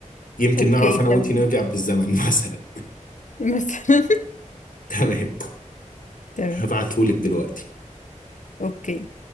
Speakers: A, on the left (about 85°); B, on the left (about 65°).
A: يمكن
B: اوكي
A: نعرف انا
B: تمام
A: وانتي نرجع بالزمن <laughs> مثلا
B: <laughs> مثلا
A: تمام
B: تمام
A: هبعتهولك دلوقتي
B: اوكي